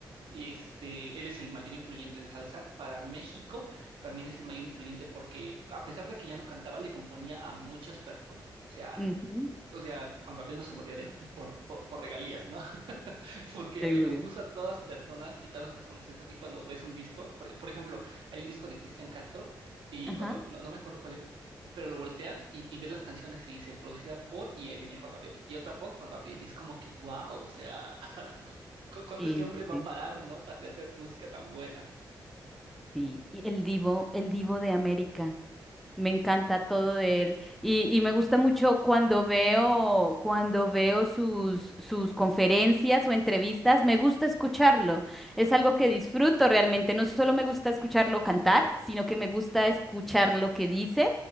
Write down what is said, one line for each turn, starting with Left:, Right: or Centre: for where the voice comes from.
Right: y este, él es el mayor influyente de salsa. Para México también es el mayor influyente porque a pesar de que ya no cantaba, le componía a muchas personas. O sea,
Centre: Ujú,
Right: o sea, Juan Gabriel no se moría de hambre por, por, por regalías, ¿no? <laughs> porque
Centre: seguro.
Right: le compuso a todas personas y todas las personas es así cuando ves un disco. Por, por ejemplo, hay un disco de Cristian Castro y
Centre: Ajá.
Right: cuando, no, no me acuerdo cuál es, pero lo volteas y, y ves las canciones y dice producida por, y ahí venía Juan Gabriel, y otra por Juan Gabriel, y es como que, wow, o sea, <laughs> ¿cu- ¿cuándo
Centre: Este,
Right: este hombre va a parar, no? pa- De hacer música tan buena.
Centre: sí. Y el divo, el divo de América. Me encanta todo de él y, y me gusta mucho cuando veo, cuando veo sus, sus conferencias o entrevistas, me gusta escucharlo. Es algo que disfruto realmente. No solo me gusta escucharlo cantar, sino que me gusta escuchar lo que dice,